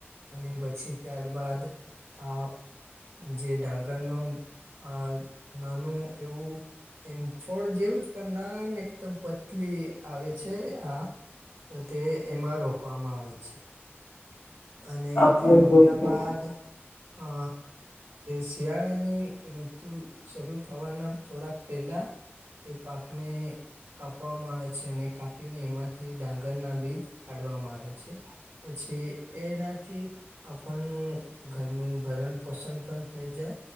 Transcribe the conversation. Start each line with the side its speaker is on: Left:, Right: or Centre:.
Right: અને પછી ત્યાર બાાદ આ જે ડાંગરનો આ નાનું એવું એમ છોડ જેવું જ પણ નામ એકદમ પતલી આવે છે આ તો તે એમાં રોપવામાં આવે છે. અને
Left: આપણે
Right: તે રોપ્યા
Left: જોયું કે
Right: બાદ
Left: <inaudible>
Right: અ શિયાળાની ઋતુ શરૂ થવાના થોડાક પહેલાં એ પાકને કાપવામાં આવે છે અને કાપીને એમાંથી ડાંગર ના બીજ કાઢવામાં આવે છે. પછી એનાથી આપણનું ઘરનું ભરણ પોષણ પણ થઈ જાય.